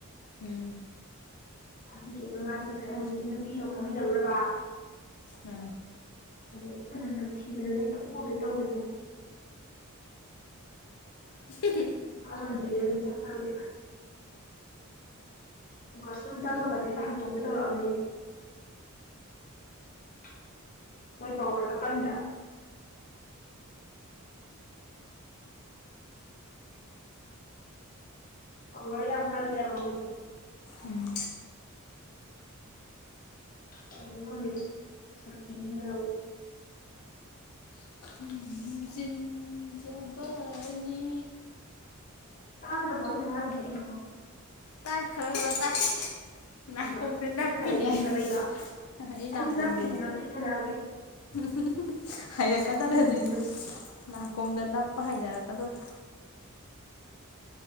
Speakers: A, on the left (about 75°); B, on the left (about 40°).
A: ꯎꯝ
B: ꯑꯗꯨꯗꯨꯒ ꯃꯥꯗꯤ ꯉꯁꯥꯏ ꯃꯨꯁꯂꯤꯝ ꯅꯨꯄꯤ ꯑꯒ ꯐꯥꯃꯤꯅꯧꯔꯕ
A: ꯑ
B: ꯑꯗꯩ ꯃꯥꫪꯝ ꯅꯝꯊꯤꯗꯅꯅꯦ ꯍꯦꯛꯇ ꯑꯣꯗꯣꯏ ꯇꯧꯗꯅꯅꯦ
A: <unintelligible>
B: <unintelligible> ꯋꯥꯁꯔꯨꯝ ꯆꯥꯡꯕꯒꯦ <unintelligible> ꯃꯣꯏ ꯄꯧꯋ꯭ꯔꯗꫭ ꯀꯟꯗ꯭ꯔ ꯄꯧꯋ꯭ꯔ ꯌꯥꯝ ꯀꯜꯂꯦꯕ ꯃꫭꯏꯗꫭ
A: ꯎꯝ
B: <unintelligible>
A: <unintelligible> ꯆꯤꯟꯖꯕꯅꯤ
B: ꯇꯥꯗꯔꯕꫭ ꯑꯩꯅ <unintelligible>
A: ꯇꯥꯏ ꯈꯔ ꯈꯔ ꯇꯥꯏ
B: <unintelligible>
A: ꯅꯥꯀꯣꯡꯗ ꯅꯞꯄꯤꯅꯦ ꯑꯩ ꯑꯩ ꯅꯥꯀꯣꯡꯁꯦ <unintelligible> ꯍꯩꯔꯛꯀꯗꯧꯔꯦ
B: ꯊꯣꯛꯄ ꯇꯟꯕꯤ
A: ꯍꯧꯖꯤꯛ
B: ꯑꯃꯅꯤ
A: ꯅꯥꯀꯣꯡꯗ ꯅꯞꯄ ꯍꯩꯅꯔꯛꯀꯗꯧꯔꯦ